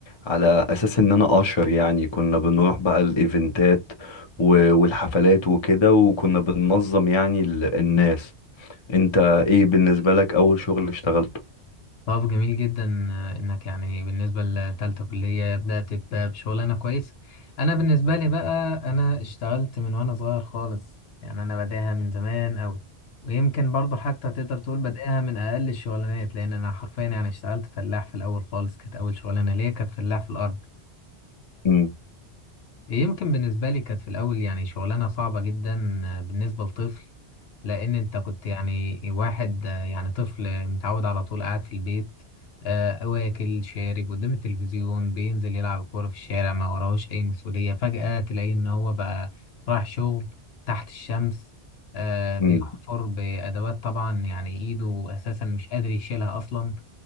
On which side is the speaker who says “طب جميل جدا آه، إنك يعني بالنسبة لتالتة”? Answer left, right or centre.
Left